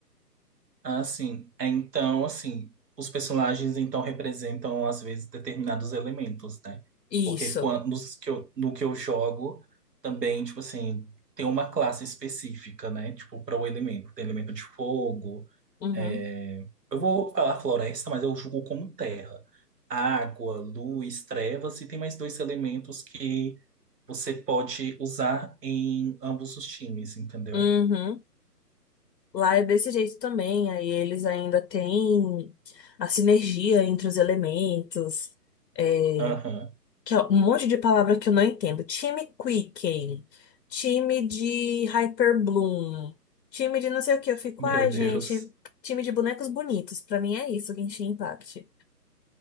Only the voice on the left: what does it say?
Isso.
Uhum.
Uhum. Lá é desse jeito também, aí eles ainda têm a sinergia entre os elementos, é,
que é um monte de palavra que eu não entendo. Time Quicken, time de Hyperbloom, time de não sei o que. Eu fico,
ai,
gente, time de bonecos bonitos. Pra mim é isso, Genshin Impact.